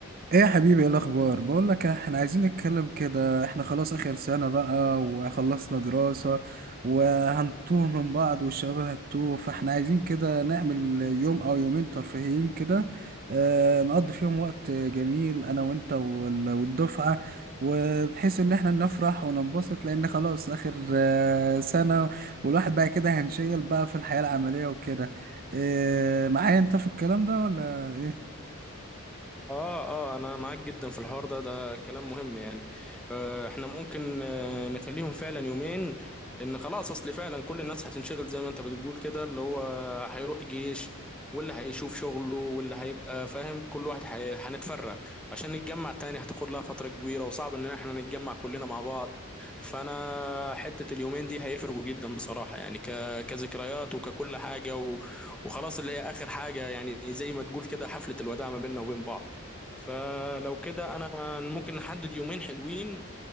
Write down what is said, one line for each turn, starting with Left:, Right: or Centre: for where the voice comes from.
Right: ايه يا حبيبي ايه الاخبار بقول لك احنا عايزين نتكلم كده احنا خلاص اخر سنة بقى وخلصنا دراسة وهنتوه من بعض والشباب هتوه فاحنا عايزين كده نعمل يوم او يومين ترفيهيين كده اه نقضي فيهم وقت جميل انا وانت وال- والدفعة وبحيث ان احنا نفرح وننبسط لان خلاص اخر آه، سنة والواحد بقى كده هنشيل بقى في الحياة العملية وكده اه معايا انت في الكلام ده ولا ايه
Centre: اه اه انا معاك جدا في الحوار ده ده كلام مهم يعني آه احنا ممكن آه نخليهم فعلا يومين لان خلاص اصل فعلا كل الناس هتنشغل زي ما انت بتقول كده اللي هو هيروح جيش واللي هيشوف شغله واللي هيبقى فاهم كل واحد هي- هنتفرق عشان نتجمع تاني هتاخد لها فترة كبيرة وصعب ان احنا نتجمع كلنا مع بعض فانا حتة اليومين دي هيفرقوا جدا بصراحة يعني ك... كذكريات وككل حاجة و... وخلاص اللي هي اخر حاجة يعني زي ما تقول كده حفلة الوداع ما بيننا وبين بعض فلو كده انا ممكن نحدد يومين حلوين